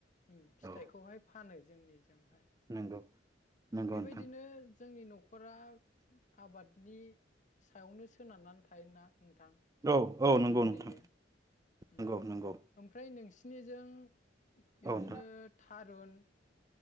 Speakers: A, on the left; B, on the right.
A: उम फिथाइखौहाय
B: औ
A: फानो जोंनि हाय
B: नंगौ नंगौ
A: बेबायदिनो
B: नोंथां
A: जोंनि न'खरा आबादनि सायावनो सोनारनानै थायोना नोंथां
B: औ औ नंगौ
A: ओरैनो
B: नोंथां
A: उम
B: नंगौ नंगौ
A: ओमफ्राय नोंसि जों इद‌ इदिनो
B: औ नोंथां
A: था थारुन